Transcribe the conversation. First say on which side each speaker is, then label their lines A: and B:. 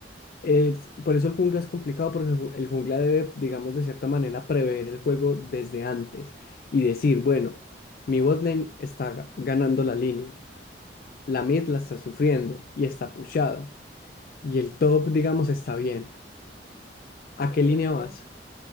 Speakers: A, on the left; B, on the left.
A: Es- por eso el jungla es complicado porque el ju- el jungla debe, digamos, de cierta manera prever el juego desde antes y decir, bueno, mi bot lane está ga- ganando la línea, la mid la está sufriendo y está pushado y el top, digamos, está bien. ¿A
B: Pero
A: qué
B: por
A: línea
B: ejemplo,
A: vas?